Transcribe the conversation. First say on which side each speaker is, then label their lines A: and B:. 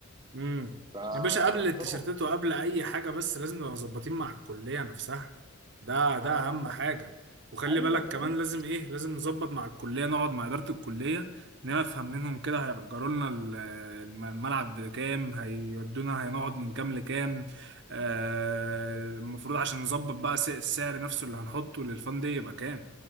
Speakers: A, on the right (about 60°); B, on the right (about 20°).
A: امم
B: فاختاروا
A: يا باشا قبل التيشيرتات وقبل اي حاجه بس لازم نبقى مظبطين مع الكليه نفسها ده
B: ما
A: ده اهم حاجه وخلي
B: ايوه
A: بالك
B: ماشي
A: كمان لازم ايه لازم نظبط مع الكليه نقعد مع اداره الكليه نفهم منهم كده هيأجروا لنا ال- الم- الملعب بكام هيودونا هنقعد من كام لكام آه المفروض عشان نظبط بقى س- السعر نفسه اللي هنحطه للفان دي يبقى كام